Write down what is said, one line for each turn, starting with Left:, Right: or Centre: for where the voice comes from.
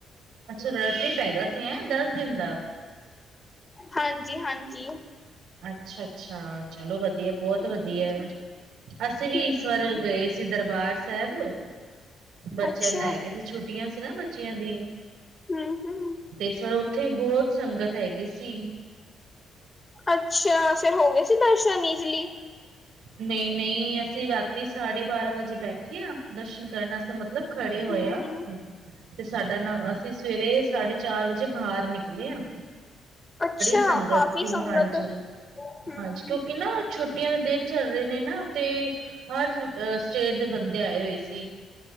Right: ਅੱਛਾ <unintelligible> ਟ੍ਰਿਪ ਹੈਗਾ ਐ ਦਸ ਦਿਨ ਦਾ
Left: ਹਾਂਜੀ, ਹਾਂਜੀ
Right: ਅੱਛਾ, ਅੱਛਾ ਚਲੋ ਵਧੀਆ ਬਹੁਤ
Left: ਹੂੰ
Right: ਵਧੀਆ ਐ ਅਸੀਂ ਵੀ
Left: ਹੂੰ
Right: ਇਸ ਵਾਰ ਗਏ ਸੀ ਦਰਬਾਰ ਸਾਹਿਬ ਬੱਚਿਆਂ
Left: ਅੱਛਾ
Right: ਨੂੰ ਲੈ ਕੇ ਤੇ ਛੁੱਟੀਆਂ ਸੀ ਨਾ ਬੱਚਿਆਂ ਦੀ
Left: ਹੂੰ ਹੂੰ
Right: ਤੇ ਇਸ ਵਾਰ ਉੱਥੇ ਹੀ ਬਹੁਤ ਸੰਗਤ ਹੈਗੀ ਸੀ
Left: ਅੱਛਾ ਫੇਰ ਹੋ ਗਏ ਸੀ ਦਰਸ਼ਨ ਈਜ਼ਲੀ
Right: ਨਹੀਂ, ਨਹੀਂ ਅਸੀਂ ਰਾਤੀ ਸਾਢੇ ਬਾਰਾਂ ਵਜੇ ਬੈਠੇ ਆ ਦਰਸ਼ਨ ਕਰਨ ਵਾਸਤੇ ਮਤਲਬ ਖੜੇ
Left: ਹੂੰ
Right: ਹੋਏ
Left: ਹੂੰ
Right: ਆ ਤੇ ਸਾਡਾ ਨ ਅਸੀਂ ਸਵੇਰੇ ਸਾਢੇ ਚਾਰ ਵਜੇ ਬਾਹਰ ਨਿਕਲੇ ਆਂ।
Left: ਅੱਛਾ
Right: ਸੰਗਤ
Left: ਕਾਫ਼ੀ
Right: ਸੀ,
Left: ਸੰਗਤ
Right: ਹਾਂਜੀ-
Left: ਹੂੰ,
Right: ਹਾਂਜੀ। ਕਿਉਂਕਿ ਨਾ ਛੁੱਟੀਆਂ ਦੇ ਦਿਨ ਚੱਲ ਰਹੇ ਨੇ ਨਾ ਤੇ ਹਰ ਅ ਸਟੇਟ ਦੇ ਬੰਦੇ ਆਏ ਹੋਏ ਸੀ।